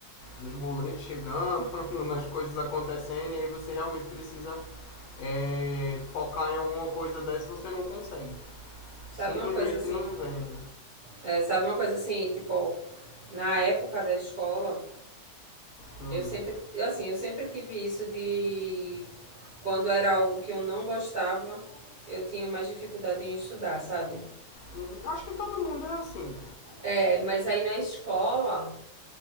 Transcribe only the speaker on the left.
nos boletos chegando, <laughs> nas coisas acontecendo, e aí você realmente precisa eh, focar em alguma coisa dessa e você não consegue.
Simplesmente
não vem.
Hum,
hum, Acho que todo mundo é assim.